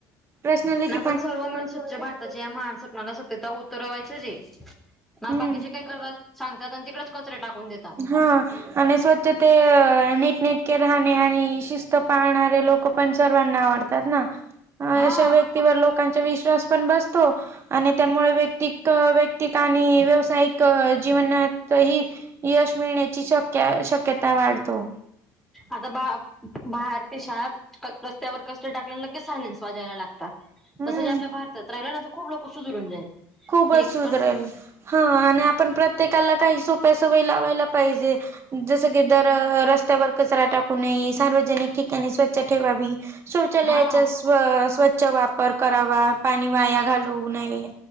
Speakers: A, on the right; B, in the centre.
A: पर्सनलिटी.
B: पण सर्व मिणून स्वच्छ भारत मनात असतते सत्यता उतरवायच जे ना
A: हम्म
B: बाकीचे काय करतात. सांगतात आणि तिकडेच कचरे टाकून देतात.
A: हा आणि स्वच्छते नीटनेटके राहणे आणि शिस पाहणारे लोक पण सर्वांना आवडतात ना. ह
B: हा.
A: अशा व्यक्तीवर लोकांचा विश्वास पण बसतो. आणि त्यामुळे व्याक्तिक व्याक्तिक आणि व्यावसायिक जीवनात ही यश मीळ ण्या शक शक्यता वाढतो.
B: आता बा बाहेर देशात रस्त्यावर कचरा टाकल्या लगेच सायलेन्स वाजायला लागतात
A: हम्म
B: तसंच आपल्या भारतात राहिलं ना खूप लोक सुधरून जाईल.
A: खूपच
B: हे
A: सुधरेल
B: पण
A: हा आणि आपण प्रत्येकाला काही सोप्या सवयी लावायला पाहिजे. जस की दर रस्त्यावर कचरा टाकू नये सार्वजनिक ठिकाणी स्वच्छ ठेवावी शौचालयाचा
B: हा.
A: स्व स्वच्छ वापर करावा पाणी वाया घालवू नये.